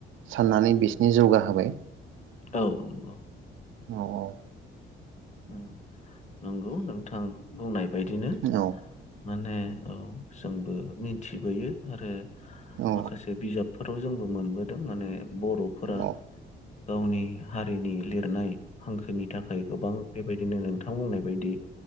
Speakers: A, on the right; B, on the left.
A: साननानै बिसोरनि जौगा होबाय
B: औ नंगौ
A: औ औ
B: उम नंगौ नोंथां बुंनाय बायदिनो
A: औ
B: माने औ जोंबो मिन्थिबोयो आरो
A: औ
B: माखासे बिजाबफोर थ' जोंबो मोनबोदों माने बर'फोरा
A: औ
B: गावनि हारिनि लिरनाय हांखोनि थाखाय गोबां बिदिनो नोंथां बुंनाय बायदि